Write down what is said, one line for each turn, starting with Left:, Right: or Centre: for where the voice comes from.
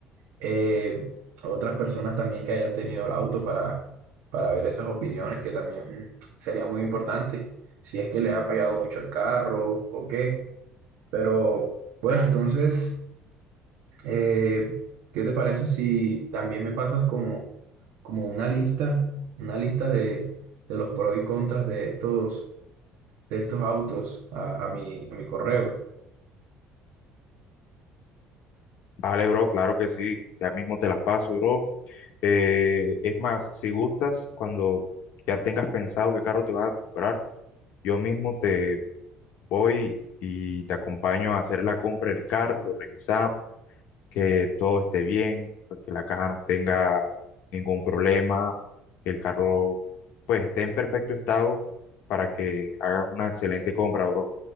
Right: eh, a otras personas también que hayan tenido el auto para, para ver esas opiniones, que también mm, sería muy importante, si es que les ha fallado mucho el carro o qué. Pero bueno, entonces... Eh, ¿qué te parece si también me pasas como, como una lista, una lista de, de los pros y contras de estos, de estos autos a, a mi, a mi correo?
Left: Vale, bro, claro que sí. Ya mismo te las paso, bro. Eh, es más, si gustas, cuando ya tengas pensado qué carro te vas a comprar, yo mismo te voy y te acompaño a hacer la compra del carro, lo revisamos, que todo esté bien, pues, que la caja no tenga ningún problema, que el carro pues esté en perfecto estado para que hagas una excelente compra, bro.